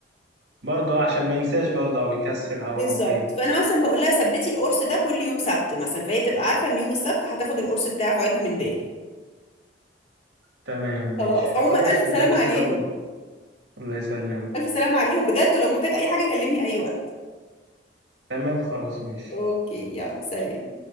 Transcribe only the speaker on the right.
برضه عشان ما ينساش برضه او يكسل او
او غيره
تمام ماشي
خلاص
إن
كان كده
الله يسلمك
تمام خلاص ماشي